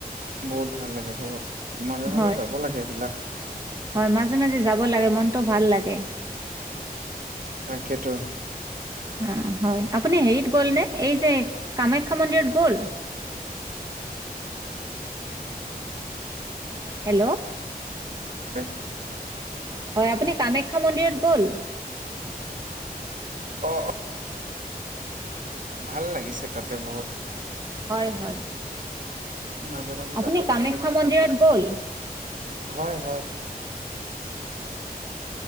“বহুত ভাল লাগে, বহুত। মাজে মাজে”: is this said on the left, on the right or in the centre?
Right